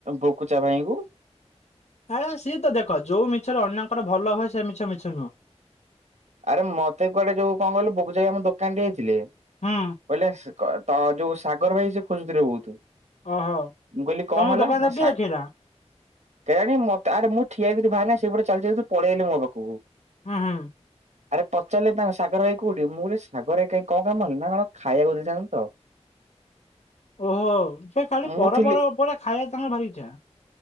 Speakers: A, on the right; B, on the left.
A: ବକୁଚା ଭାଇଙ୍କୁ।
B: ଆ ସିଏ ତ ଦେଖ ଯୋଉ ମିଛରେ ଅନ୍ୟଙ୍କର ଭଲ ହୁଏ। ସେ ମିଛ ମିଛ ନୁହଁ।
A: ଆରେ ମତେ କୁଆଡେ ଯୋଉ କଣ କହିଲ ବୁକୁଚୁ ଭାଇ ଆମ ଦୋକାନଠି ହେଇଥିଲେ
B: ହୁଁ
A: କହିଲେସ ତ ଟ ଯୋଉ ସାଗର ଭାଇକି ସେ ଖୋଜୁଥିଲେ ବହୁତ।
B: ଓହୋ
A: ମୁଁ କହିଲି କଣ
B: ତମ
A: ହେଲା
B: ଦୋକାନ
A: ନା
B: କିଏ
A: ସା
B: ଦେଖେଇଲା
A: କେଜାଣ ମତେ ଆରେ ମୁଁ ଠିଆ ଭାଇନା ସେଇଟ ଚାଲି ପଳେଇଆଲେ ମୋ ପାଖକୁ
B: ହୁଁ ହୁଁ।
A: ଆରେ ପଚାରିଲେ ତାଙ୍କ ସାଗର ହୋଇ କୋଉଠି ମୁଁ କହିଲି ସାଗର ଭାହଇ କାଇଁ କଣ କାମ କି ନା କଣ ଖାଇବାକୁ ଦେଇଥାନ୍ତ ତ <inaudible>
B: ଓହୋ ସେ ଖାଲି ପରପର
A: ମୁଁ ଥିଲି
B: ଉପରେ ଖାଇବା ତାଙ୍କ ଭାରି ଇଚ୍ଛା।